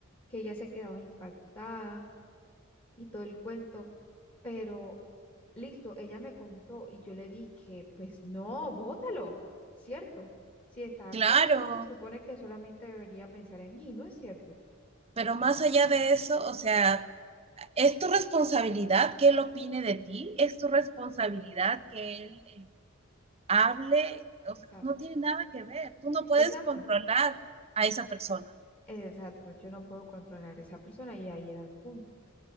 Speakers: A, on the left; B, on the right.
A: que ella se quedaba impactada y todo el cuento, pero listo, ella me contó y yo le dije, pues no, bótalo, ¿cierto? Si está
B: Claro,
A: conmigo, se supone que solamente debería pensar en mí, ¿no es cierto?
B: pero más allá de eso, o sea, es tu responsabilidad que él opine de ti, es tu responsabilidad que él hable, o
A: Exacto,
B: sea, no tiene nada que ver. Tú no puedes
A: exacto,
B: controlar a esa persona.
A: exacto. Yo no puedo controlar a esa persona y ahí era el punto.